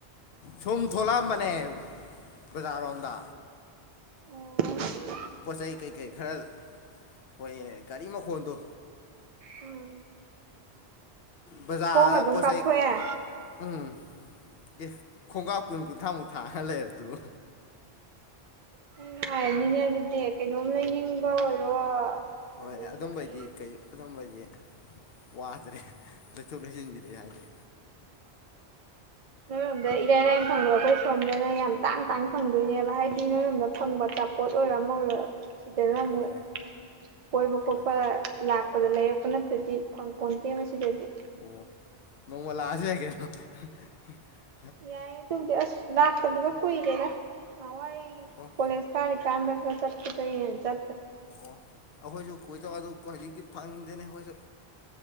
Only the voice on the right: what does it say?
ꯑꯣ
ꯎꯝ
ꯈꯣꯡꯅ ꯑꯗꯨꯝ
ꯀꯥꯞꯊꯣꯛꯑꯦ
ꯅꯣꯢ ꯅꯨꯉꯥꯏꯔꯅꯤꯅꯦ ꯑꯗꯨꯗꯤ ꯀꯩꯅꯣꯝ ꯂꯩꯅꯤꯡꯕ ꯑꯣꯏꯔꯣ
ꯑꯗꯩꯗꯤ
ꯐꯝꯗ ꯏꯔꯥꯏ ꯂꯥꯏꯅ ꯐꯪꯕ ꯑꯩꯈꯣꯏ ꯁꯣꯝꯗꯅ ꯌꯥꯝ ꯇꯥꯡ ꯇꯥꯡ ꯐꯪꯗꯣꯏꯅꯦꯕ ꯍꯥꯏꯗꯤ ꯅꯣꯏꯔꯣꯝꯗ ꯐꯪꯕ ꯑꯆꯥꯄꯣꯠ ꯑꯣꯏ <unintelligible> ꯁꯤꯗꯅ ꯑꯃꯨꯛ
ꯀꯣꯏꯕ ꯈꯣꯠꯄ
ꯂꯥꯛ ꯄꯗ ꯂꯩꯔꯛꯄ ꯅꯠꯇꯗꯤ ꯐꯪ ꯄꯣꯟꯇꯦꯕ ꯁꯤꯗꯗꯤ꯫
ꯌꯥꯏꯌꯦ ꯑꯗꯨꯕꯨꯗꯤ ꯑꯁ ꯂꯥꯛꯇꯕꯒ ꯀꯨꯏꯔꯦꯗ ꯅꯍꯥꯟꯋꯥꯏ
ꯀꯣꯂꯦꯖ ꯀꯥꯔꯤ ꯀꯥꯟꯗꯒ ꯆꯠꯄꯗꯩ ꯍꯦꯟꯅ ꯆꯠꯇ꯭ꯔꯦ꯫